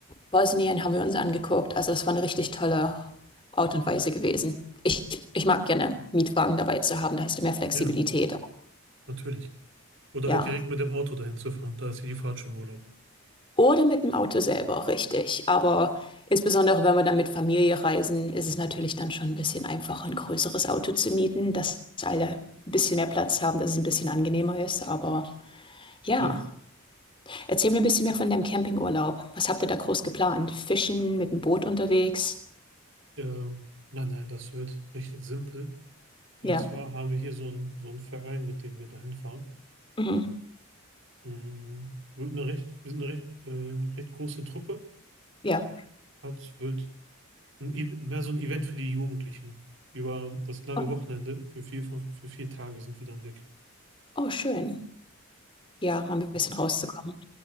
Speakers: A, on the left; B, on the right.
A: Bosnien haben wir uns angeguckt. Also das war eine richtig tolle Art und Weise gewesen. Ich, ich mag gerne Mietwagen dabei zu haben, da hast du mehr Flexibilität.
B: ja, natürlich. Oder
A: Ja.
B: halt direkt mit dem Auto dahin zu fahren, da ist ja die Fahrt schon Urlaub.
A: Oder mit dem Auto selber, richtig. Aber insbesondere wenn wir dann mit Familie reisen, ist es natürlich dann schon ein bisschen einfacher, ein größeres Auto zu mieten, dass alle ein bisschen mehr Platz haben, dass es ein bisschen angenehmer ist. Aber ja,
B: Ja,
A: erzähl mir ein bisschen mehr von deinem Campingurlaub. Was habt ihr da groß geplant? Fischen, mit dem Boot unterwegs?
B: ähm, nein, nein, das wird recht simpel. Und
A: Ja.
B: zwar haben wir hier so einen so einen Verein, mit dem wir dahin fahren.
A: Mhm.
B: Mm, Wird eine recht, wir sind eine recht, äh, recht große Truppe.
A: Ja.
B: Also Es wird ein, E- mehr so ein Event für die Jugendlichen. Über das lange
A: Okay.
B: Wochenende, für vier, fünf, für vier Tage sind wir dann weg.
A: Oh, schön. Ja, mal ein bisschen
B: Genau.
A: rauszukommen.